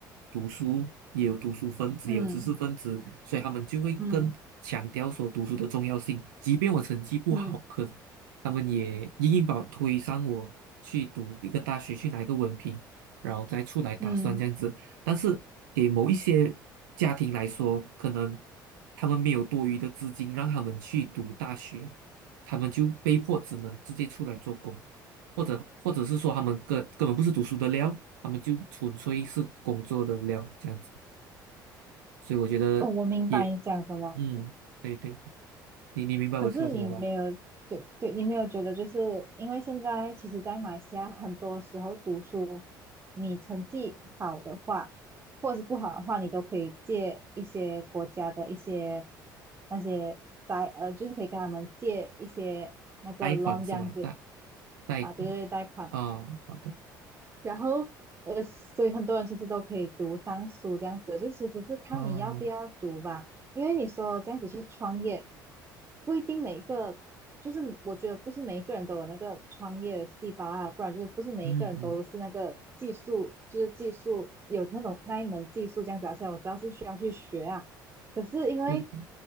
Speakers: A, on the right (about 70°); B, on the right (about 25°).
A: 读书，也有读书分子，
B: 嗯
A: 也有知识分子，所以他们就会更强调说读书的重要性。
B: 嗯
A: 即便我成绩不好，
B: 嗯
A: 可他们也硬硬把我推上我去读一个大学，去拿一个文凭，然后再出来打算这样子。
B: 嗯，
A: 但是给某一些家庭来说，可能他们没有多余的资金让他们去读大学，他们就被迫只能直接出来做工，或者或者是说他们根根本不是读书的料，他们就纯粹是工作的料这样子。所以我觉得也
B: 哦，我明白你讲什么。
A: 嗯，对对，你你明白我说什么吧？
B: 可是你没有，对对，你没有觉得就是因为现在其实，在马来西亚很多时候读书，你成绩好的话，或者是不好的话，你都可以借一些国家的一些那些债，呃，就是可以跟他们借一些那个
A: 贷款是吧？
B: loan 这样子
A: 贷贷款
B: 啊，对对对贷款。
A: 啊，哦好的
B: 然后呃，所以很多人其实都可以读上书这样子，就其实是看你要不要读吧。
A: 哦，
B: 因为你说这样子去创业，不一定每一个，就是我觉得不是每一个人都有那个创业的细胞啊，不然就是不是每一个人都是那个技术，
A: 嗯嗯，
B: 就是技术有那种那一门技术这样子啊。虽然我知道是需要去学啊，可是因为
A: 对，